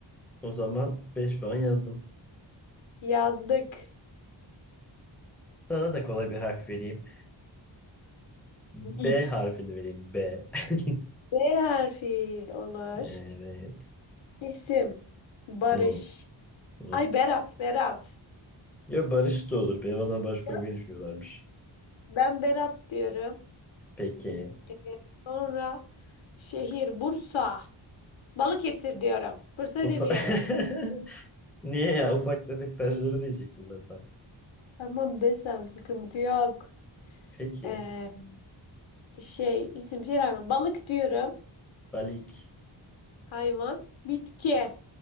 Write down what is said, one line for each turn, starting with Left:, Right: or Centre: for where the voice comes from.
Centre: o zaman beş puan yazdım.
Left: Yazdık.
Centre: Sana da kolay bir harf vereyim. B
Left: X.
Centre: harfini vereyim. B. <laughs>
Left: B harfi olur.
Centre: Evet.
Left: İsim. Barış.
Centre: Hı, hı.
Left: Ay Berat, Berat.
Centre: Ya Barış da olur. Benim adına Barış koymayı
Left: Ya?
Centre: düşünüyorlarmış.
Left: Ben Berat diyorum.
Centre: Peki.
Left: Ee, sonra şehir Bursa. Balıkesir diyorum. Bursa
Centre: Ufak...
Left: demiyorum.
Centre: <laughs> Niye ya? Ufak tefek taşları diyecektim ben tam.
Left: Tamam desen sıkıntı yok.
Centre: Peki.
Left: Ee, şey isim şey rağmen balık diyorum.
Centre: Balik.
Left: Hayvan. Bitki.